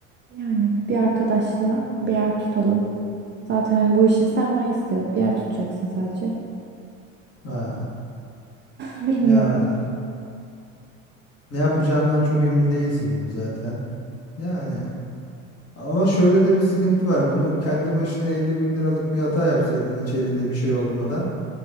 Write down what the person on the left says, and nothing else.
Ha,
yani ne yapacağından çok emin değilsin gibi zaten. Yani ama şöyle de bir sıkıntı var. Bunu kendi başına 50 bin liralık bir hata yapsaydın hiç elinde bir şey olmadan